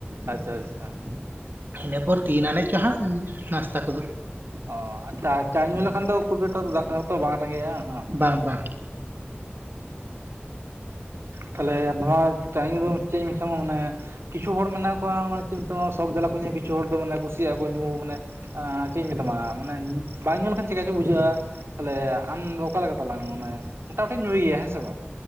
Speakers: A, on the right; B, on the right.
A: ᱟᱪᱪᱷᱟ ᱟᱪᱪᱷᱟ
B: ᱤᱱᱟᱹᱯᱚᱨ ᱛᱤᱱ ᱟᱱᱮᱡ ᱪᱚ ᱦᱟᱜ ᱱᱟᱥᱛᱟ ᱠᱚᱫᱚ
A: ᱚ ᱟᱪᱪᱷᱟ ᱪᱟ ᱧᱩ ᱞᱮᱠᱷᱟᱱ ᱫᱚ ᱠᱷᱩᱵ ᱮᱠᱴᱟ ᱫᱟᱠᱟ ᱦᱚᱸᱛᱚ ᱵᱟᱝ ᱨᱮᱜᱮᱡ-ᱟ ᱦᱮᱸ
B: ᱵᱟᱝ ᱵᱟᱝ
A: ᱛᱟᱦᱞᱮ ᱱᱚᱣᱟ ᱪᱟ ᱧᱩ ᱫᱚ ᱪᱮᱫ ᱤᱧ ᱢᱮᱛᱟᱢᱟ ᱢᱟᱱᱮ ᱠᱤᱪᱷᱩ ᱦᱚᱲ ᱢᱮᱱᱟᱜ ᱠᱚᱣᱟ ᱢᱟᱱᱮ ᱪᱮᱫ ᱤᱧ ᱢᱮᱛᱟᱢᱟ ᱥᱚᱠ ᱡᱟᱞᱟ ᱠᱚ ᱧᱩᱭᱟ ᱠᱤᱪᱷᱩ ᱦᱚᱲ ᱫᱚ ᱢᱟᱱᱮ ᱠᱩᱥᱤᱭᱟᱜᱼᱟ ᱠᱚ ᱧᱩ ᱢᱟᱱᱮ ᱪᱮᱫ ᱤᱧ ᱢᱮᱛᱟᱢᱟ ᱢᱟᱱᱮ ᱵᱟᱝ ᱧᱩ ᱞᱮᱠᱷᱟᱱ ᱪᱮᱫ ᱞᱮᱠᱟ ᱪᱚ ᱵᱩᱡᱷᱟᱹᱜᱼᱟ ᱛᱟᱦᱚᱞᱮ ᱟᱢ ᱫᱚ ᱚᱠᱟ ᱞᱮᱠᱟ ᱛᱟᱞᱟᱝ ᱢᱟᱱᱮ ᱢᱚᱴᱟᱢᱩᱴᱤ ᱧᱩᱭ ᱜᱮᱭᱟ ᱦᱮᱸ ᱥᱮ ᱵᱟᱝ